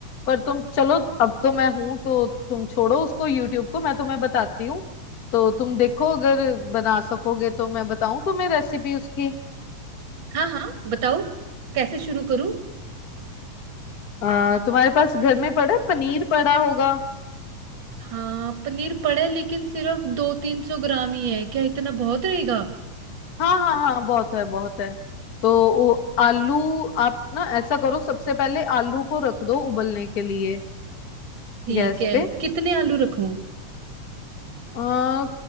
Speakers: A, on the left; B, on the right.
A: पर तुम चलो अब तो मैं हूं तो तुम छोड़ो उसको यूट्यूब को मैं तुम्हें बताती हूँ तो तुम देखो अगर बना सकोगे तो मैं बताऊं तुम्हें रेसिपी उसकी
B: हाँ हाँ बताओ कैसे शुरू करूं
A: अ, तुम्हारे पास घर में पड़ा है पनीर पड़ा होगा
B: हाँ पनीर पड़ा है लेकिन सिर्फ दो तीन सौ ग्राम ही है क्या इतना बहुत रहेगा
A: हाँ हाँ हाँ बहुत है बहुत है तो वो आलू आप ना ऐसा करो सबसे पहले आलू को रख दो उबलने के लिए
B: ठीक
A: गैस
B: है
A: पे
B: कितने आलू रखूं
A: आ,